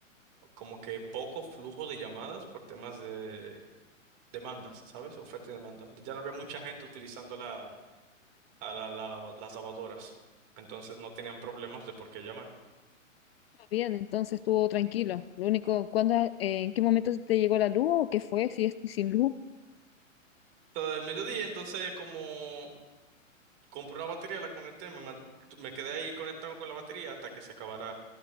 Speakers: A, on the right (about 35°); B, on the left (about 50°).
A: como que poco flujo de llamadas por temas de demandas, ¿sabes? Oferta y demanda. Ya no había mucha gente utilizando la, a la- la lava- las lavadoras, entonces no tenían problemas de por qué llamar.
B: Bien, entonces estuvo tranquilo. Lo único, ¿cuándo, eh, en qué momento te llegó la luz o qué fue? Si es sin luz.
A: Todo el mediodía, entonces como compré una batería, la conecté, me, man- me quedé ahí conectado con la batería hasta que se acabara,